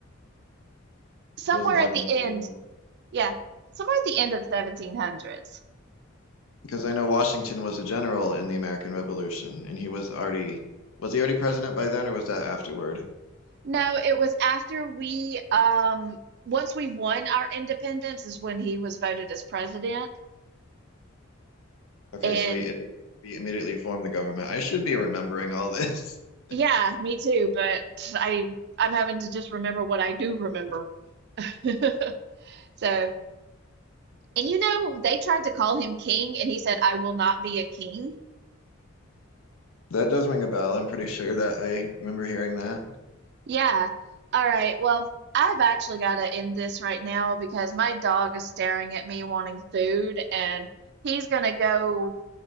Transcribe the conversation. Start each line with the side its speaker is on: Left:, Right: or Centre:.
Right: somewhere
Left: wasn't long
Right: at the
Left: after
Right: end.
Left: at all.
Right: Yeah, somewhere at the end of the 1700s.
Left: Because I know Washington was a general in the American Revolution and he was already, was he already president by then or was that afterward?
Right: No, it was after we, um, once we won our independence, is when he was voted as president
Left: Okay,
Right: and.
Left: so he, he immediately formed the government. I should be remembering all this. <laughs>
Right: Yeah, me too, but I I'm having to just remember what I do remember. <laughs> So, and you know, they tried to call him king and he said, I will not be a king.
Left: That does ring a bell. I'm pretty sure that I remember hearing that.
Right: Yeah. All right. Well, I've actually got to end this right now because my dog is staring at me wanting food and he's going to go